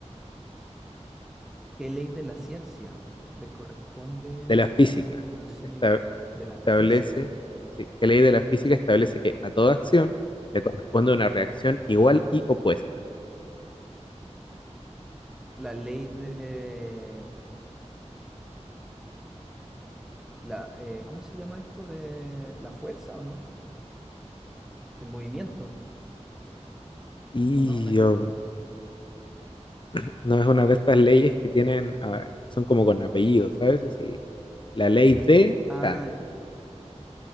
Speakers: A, in the centre; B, on the left.
A: ¿Qué ley de la ciencia le corresponde
B: De la física.
A: una acción
B: Esta-
A: igu- de la
B: establece,
A: física?
B: sí, ¿qué ley de la física establece que a toda acción le corresponde una reacción igual y opuesta?
A: La ley de la eh, ¿cómo se llama esto? De la fuerza o no? Del movimiento
B: Y
A: o no, nada que
B: um,
A: ver.
B: <clears throat> no es una de estas leyes que tienen, ah, son como con apellidos, ¿sabes? Así, la ley de
A: Ah,
B: tan.